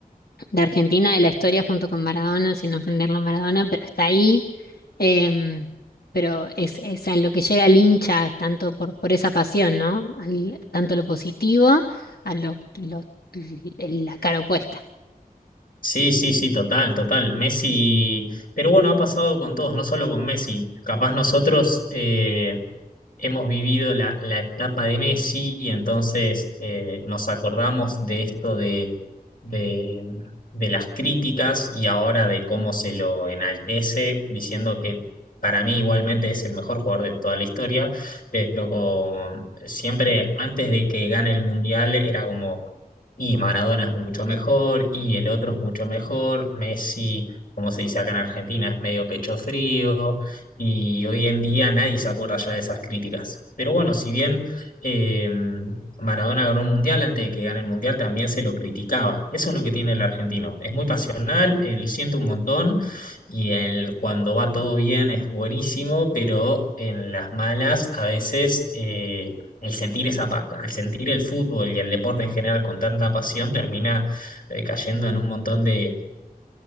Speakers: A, on the left (about 85°); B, on the left (about 65°).
A: de Argentina de la historia junto con Maradona, sin ofenderlo a Maradona, pero está ahí. em, pero es, es a lo que llega el hincha, tanto por, por esa pasión, ¿no? Al- tanto lo positivo a lo, lo- la cara opuesta.
B: Sí, sí, sí, total, total. Messi, pero bueno, ha pasado con todos, no solo con Messi. Capaz nosotros, eh, hemos vivido la, la etapa de Messi y entonces eh, nos acordamos de esto de, de, de las críticas y ahora de cómo se lo enaltece, diciendo que para mí igualmente es el mejor jugador de toda la historia, pero con- siempre antes de que gane el Mundial era como... Y Maradona es mucho mejor, y el otro es mucho mejor. Messi, como se dice acá en Argentina, es medio pecho frío y hoy en día nadie se acuerda ya de esas críticas. Pero bueno, si bien eh, Maradona ganó un mundial, antes de que gane el mundial también se lo criticaba. Eso es lo que tiene el argentino. Es muy pasional, él siente un montón y él cuando va todo bien es buenísimo, pero en las malas a veces... eh, El sentir esa, pa- al sentir el fútbol y el deporte en general con tanta pasión, termina eh, cayendo en un montón eh,